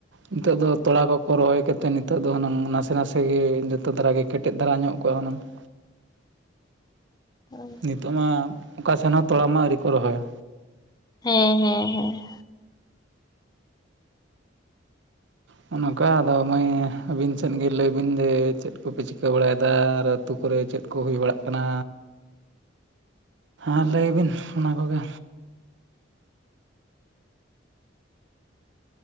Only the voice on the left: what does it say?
ᱦᱩᱸ᱾
ᱦᱮᱸ ᱦᱮᱸ ᱦᱮᱸ᱾